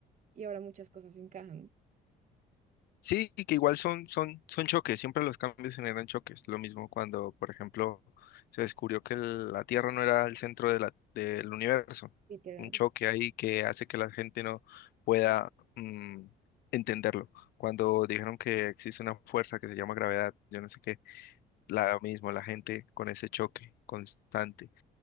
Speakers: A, on the right; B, on the left.
A: y ahora muchas cosas encajan.
B: Sí, y que igual son, son, son choques, siempre los cambios generan choques. Lo mismo cuando, por ejemplo, se descubrió que el- la Tierra no era el centro de la- del universo.
A: literal.
B: Un choque ahí que hace que la gente no pueda mm, entenderlo. Cuando dijeron que existe una fuerza que se llama gravedad, yo no sé qué, la mismo, la gente con ese choque constante.